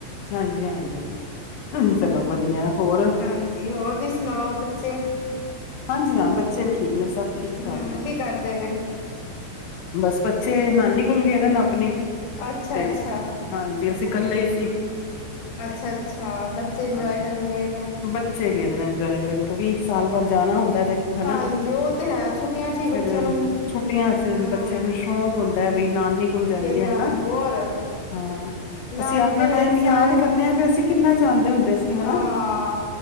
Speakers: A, on the left (about 80°); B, on the left (about 55°).
A: ਹਾਂਜੀ ਹਾਂਜੀ ਚਲੋ ਵਧੀਆ ਹੋਰ
B: ਹਾਂਜੀ ਹੋਰ ਤੁਸੀ ਸੁਣਾਓ ਬੱਚੇ
A: ਹਾਂਜੀ ਬੱਚੇ ਵੀ ਠੀਕ ਠੀਕ ਨੇ, ਸਭ ਠੀਕ ਠਾਕ
B: ਹੂੰ
A: ਨੇ
B: ਕੀ ਕਰਦੇ ਪਏ
A: ਬਸ ਬੱਚੇ ਨਾਨੀ ਸਕੁਲ ਗਏ ਦੇ ਨੇ ਆਪਣੀ
B: ਅੱਛਾ
A: ਤੇ
B: ਅੱਛਾ
A: ਹਾਂਜੀ ਅਸੀਂ ਇਕੱਲੇ ਸੀ ਤੇ
B: ਅੱਛਾ ਅੱਛਾ ਬੱਚੇ ਇੰਜੋਏ
A: ਹਾਂਜੀ,
B: ਕਰਨ ਗਏ ਦੇ
A: ਬੱਚੇ ਗਏ ਦੇ ਨੇ ਇੰਜੋਏ ਕਰਨ ਕਿਉਂਕਿ ਸਾਲ ਬਾਅਦ ਜਾਣਾ ਹੁੰਦਾ ਹੈ ਦੇਖੋ ਹਨਾ
B: ਹਾਂਜੀ ਉਹ ਤੇ ਹੈ, ਛੁੱਟੀਆਂ ਚ ਹੀ ਬੱਚਿਆਂ
A: ਫਿਰ
B: ਨੂੰ,
A: ਛੁੱਟੀਆਂ ਚ
B: ਹਾਂ
A: ਬੱਚਿਆਂ ਨੂੰ ਸ਼ੌਂਕ ਹੁੰਦਾ ਹੈ, ਬਈ ਨਾਨੀ ਕੋਲ ਜਾਈਏ
B: ਜਾਣਾ
A: ਹੈਨਾ,
B: ਹੋਰ
A: ਹਾਂ
B: ਨਾਨਕੇ
A: ਅਸੀਂ ਆਪਣਾ ਟਾਈਮ
B: ਸਾਰਿਆਂ
A: ਯਾਦ
B: ਨੂੰ
A: ਕਰਨੇ ਆਂ ਬਈ ਅਸੀਂ ਕਿੰਨਾ ਜਾਂਦੇ ਹੁੰਦੇ ਸੀ ਹਨਾ
B: ਹਾਂ